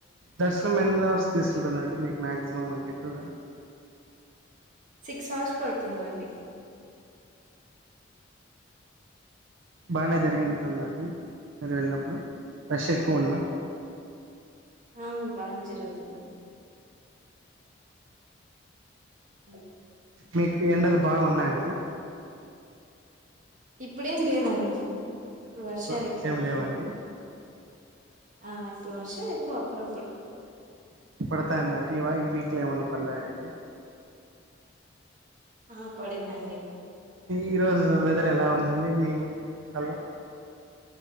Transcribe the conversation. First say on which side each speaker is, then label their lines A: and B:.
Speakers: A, on the right; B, on the right.
A: దర్శనం ఎన్ని అవర్స్ తీసుకుంటదండి మీకు మాక్సిమం అంటే ఎక్కువగ
B: సిక్స్ అవర్స్ పడుతుందండి.
A: బానే జరిగితుందండి మీరు వెళ్ళినప్పుడు రష్ ఎక్కువ ఉన్న
B: ఆ బానే జరుగుతుంది. అ
A: మీకు ఎండలు బాగ ఉన్నాయండి.
B: ఇప్పుడేం లేదండి ఇప్పుడు వర్షాలు
A: అట్లేం
B: ఎక్కవ
A: లేవండి
B: ఆ ఆ ఇప్పుడు వర్షాలు ఎక్కువ అప్పుడప్పుడు
A: <unintelligible> ఏమన్నా పడినాయా అండి.
B: ఆ పడిందండి.
A: ఈ రోజు వెదర్ ఎల ఉందండి మీ కల్ల